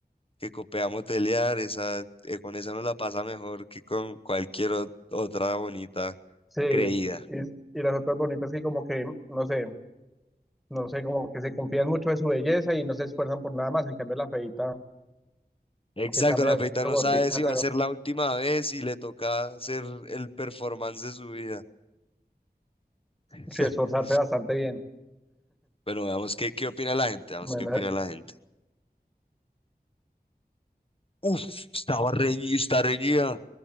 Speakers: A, on the left (about 35°); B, in the centre.
A: que copea motelear, esa, eh, con esa no la pasa mejor que con cualquier ot- otra bonita
B: sí.
A: creída.
B: Y, y las otras bonitas que como que, no sé, no sé, como que se confían mucho de su belleza y no se esfuerzan por nada más. En cambio, la feita,
A: Exacto,
B: que está medio
A: la feita
B: gordita,
A: no sabe si
B: pero
A: va a ser la última vez y le toca hacer el performance de su vida. <laughs>
B: sí esforzarse bastante bien.
A: Bueno, veamos qué, qué opina la gente, veamos
B: Bueno,
A: qué opina la gente. Uf, estaba reñida, está reñida.